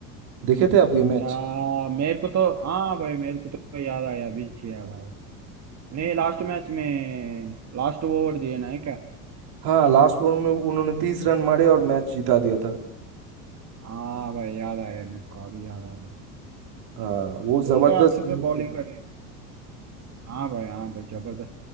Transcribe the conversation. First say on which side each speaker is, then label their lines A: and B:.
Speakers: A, on the right; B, on the right.
A: देखे थे आप ये मैच
B: आ, मेरे को तो हाँ भाई मेरे को तो याद आया बीच याद आया नहीं लास्ट मैच में लास्ट ओवर दिए ना है क्या
A: हाँ लास्ट ओवर में उन्होंने तीस रन मारे और मैच जिता दिया था
B: हाँ भाई याद आया मेरे को अभी याद आ गई
A: हाँ वो
B: तो
A: जबरदस्त
B: उन तो अच्छे
A: move
B: से बॉलिंग करे हाँ भाई हाँ भाई जबरदस्त